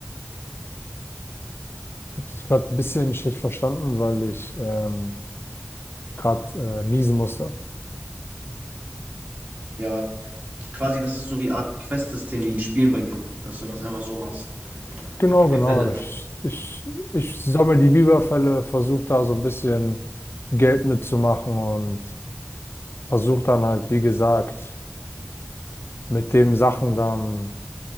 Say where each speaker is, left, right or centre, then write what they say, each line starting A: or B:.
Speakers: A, on the left; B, on the right.
A: Ich habe es gerade ein bisschen schlecht verstanden, weil ich ähm, gerade äh, niesen musste.
B: Ja, quasi das ist so wie eine Art Questsystem wie in Spielen bei dir, dass du das einfach so machst.
A: Genau, genau.
B: Für Fälle.
A: Ich, ich, ich sammle die Biberfälle, versuche da so ein bisschen Geld mitzumachen und versuche dann halt, wie gesagt, mit dem Sachen dann